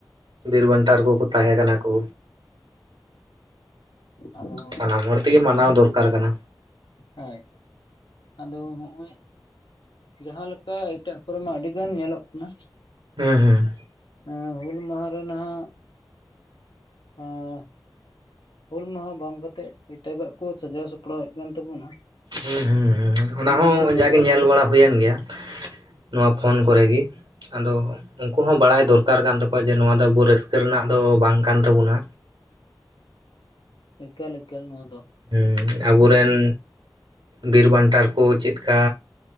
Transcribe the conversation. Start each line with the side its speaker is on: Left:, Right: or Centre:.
Right: ᱵᱤᱨ ᱵᱟᱱᱴᱟᱨ ᱠᱚ ᱠᱚ ᱛᱟᱦᱮᱸ ᱠᱟᱱᱟ ᱠᱚ᱾
Left: ᱟᱫᱚ ᱦᱚᱸᱜᱼᱚᱭ
Right: ᱥᱟᱱᱟᱢ ᱦᱚᱲ ᱛᱮᱜᱮ ᱢᱟᱱᱟᱣ ᱫᱚᱨᱠᱟᱨ ᱠᱟᱱᱟ᱾
Left: ᱦᱳᱭ ᱟᱫᱚ ᱦᱚᱜᱼᱚᱭᱼᱼ ᱡᱟᱦᱟᱸ ᱞᱮᱠᱟ ᱮᱴᱟᱜ ᱠᱚᱨᱮ ᱢᱟ ᱟᱹᱰᱤ ᱜᱟᱱ ᱧᱮᱞᱚᱜ ᱠᱟᱱᱟ,
Right: ᱦᱩᱸ ᱦᱩᱸ
Left: ᱦᱮᱸ ᱦᱩᱞ ᱢᱟᱦᱟ ᱨᱮ ᱱᱟᱦᱟᱜᱼᱼ ᱦ <unintelligible> ᱦᱩᱞ ᱢᱟᱦᱟ ᱵᱟᱝ ᱠᱟᱛᱮᱫ ᱮᱴᱟᱜᱟᱜ ᱠᱚ ᱥᱟᱡᱟᱣ ᱥᱟᱯᱲᱟᱣᱮᱫ ᱠᱟᱱ ᱛᱟᱵᱚᱱᱟ᱾
Right: ᱦᱩᱸ ᱦᱩ ᱦᱩᱸ ᱚᱱᱟ ᱦᱚᱸ
Left: ᱢᱤᱫᱴᱮᱱ ᱟᱵᱚᱣᱟᱜ
Right: ᱡᱟᱜᱮ ᱧᱮᱞ ᱵᱟᱲᱟ ᱦᱩᱭᱮᱱ ᱜᱮᱭᱟ ᱱᱚᱣᱟ ᱯᱷᱳᱱ ᱠᱚᱨᱮ ᱜᱮᱼᱼ ᱟᱫᱚ ᱩᱱᱠᱩ ᱦᱚᱸ ᱵᱟᱲᱟᱭ ᱫᱚᱨᱠᱟᱨ ᱠᱟᱱ ᱛᱟᱠᱚᱣᱟ ᱡᱮ ᱱᱚᱣᱟ ᱫᱚ ᱟᱵᱚ ᱨᱟᱹᱥᱠᱟᱹ ᱨᱮᱱᱟᱜ ᱫᱚ ᱵᱟᱝ ᱠᱟᱱ ᱛᱟᱵᱚᱱᱟ᱾
Left: ᱮᱠᱟᱞ ᱮᱠᱟᱞ ᱱᱚᱣᱟ ᱫᱚ᱾
Right: ᱦᱮᱸ ᱟᱵᱚ ᱨᱮᱱ ᱵᱤᱨ ᱵᱟᱱᱴᱟᱨ ᱠᱚ ᱪᱮᱫᱠᱟᱼᱼ